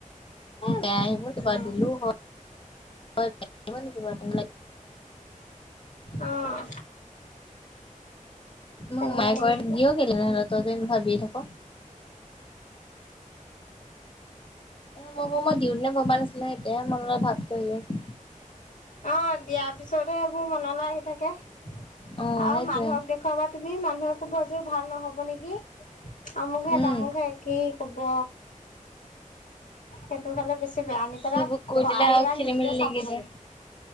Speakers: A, on the left (about 40°); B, on the left (about 65°).
A: বেয়া আহিব কিবা
B: অ',
A: দিলো হয়ে কিবা তে
B: অ',
A: মোক
B: তেনেকুৱা
A: মায়ে
B: লাগি
A: কয়
B: থাকে।
A: দিিয়ও কেলে নহ'লে তই যে ভাবিয়ে থাক এ মই ব মই দিহ দিনে ভবা নাছিলো এতিয়া ম লগ ভাৱটো আহি আছে
B: অ দিয়া পিছতবোৰ মনলৈ আহি থাকে আৰু
A: অ' সেইটোৱে
B: মানুহক দেখুৱাবা তুমি মানুহকো বজোৰ ভাল নহব হব নেকি আমুঘে
A: উম।
B: তামু ঘে কি কব সেইটো ফালে বেছি বেয়া নি পেলাই
A: সেইবোৰ কৈ
B: ভৰাই
A: দিলে
B: পেলাই
A: আৰু খেলি
B: নিজে
A: মেলি
B: চাব
A: লাগি
B: লাগে
A: যায়।